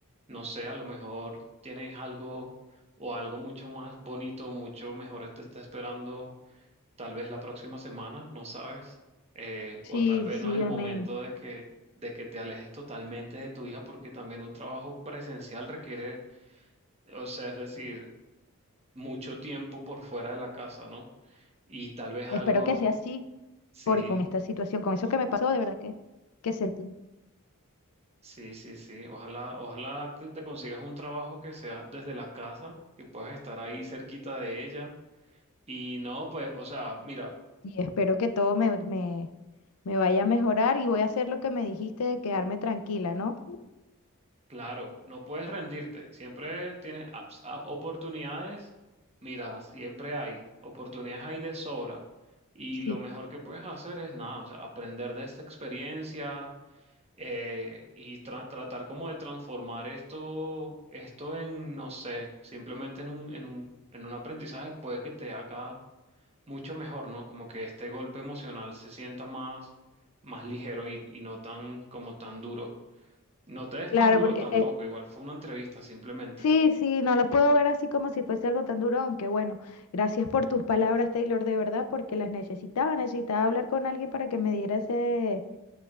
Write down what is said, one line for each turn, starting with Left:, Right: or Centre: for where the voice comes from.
Right: no sé, a lo mejor tienes algo o algo mucho más bonito, mucho mejor te está esperando tal vez la próxima semana, no sabes, eh,
Left: Sí,
Right: o tal vez
Left: sí,
Right: no es el
Left: amén.
Right: momento de que, de que te alejes totalmente de tu hija porque también un trabajo presencial requiere, o sea, es decir, mucho tiempo por fuera de la casa, ¿no? Y tal vez algo,
Left: Espero que sea así,
Right: sí,
Left: por con esta situación, con eso que me pasó, de verdad que, que sentí.
Right: sí, sí, sí, ojalá, ojalá que te consigas un trabajo que sea desde la casa, que puedas estar ahí cerquita de ella. Y no, pues, o sea, mira.
Left: Y espero que todo me, me, me vaya a mejorar y voy a hacer lo que me dijiste de quedarme tranquila, ¿no?
Right: Claro, no puedes rendirte, siempre tienes ups- a- oportunidades, mira, siempre hay, oportunidades hay de sobra y
Left: Sí,
Right: lo mejor que puedes hacer es nada, o sea, aprender de esta experiencia eh, y tra- tratar como de transformar esto, esto en, no sé, simplemente en un, en un, en un aprendizaje puede que te haga mucho mejor, ¿no? Como que este golpe emocional se sienta más, más ligero y, y no tan, como tan duro. No te des
Left: Claro,
Right: tan duro
Left: porque
Right: tampoco,
Left: eh,
Right: igual fue una entrevista simplemente.
Left: Sí, sí, no lo puedo ver así como si fuese algo tan duro, aunque bueno, gracias por tus palabras, Taylor, de verdad, porque las necesitaba, necesitaba hablar con alguien para que me diera ese,